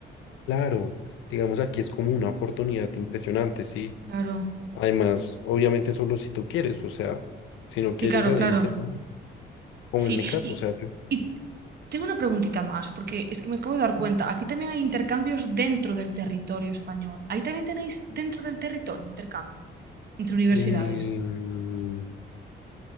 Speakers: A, on the left; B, on the right.
A: claro, digamos, aquí es como una oportunidad impresionante, ¿sí?
B: Claro.
A: Además, obviamente solo si tú quieres, o sea, si no quieres
B: Sí, claro,
A: hacer
B: claro.
A: intercambio, como
B: Sí.
A: en mi caso,
B: Y,
A: o sea, yo,
B: y tengo una preguntita más, porque es que me acabo de dar cuenta. Aquí también hay intercambios dentro del territorio español. Ahí también tenéis dentro del territorio intercambios entre universidades.
A: eh, mm,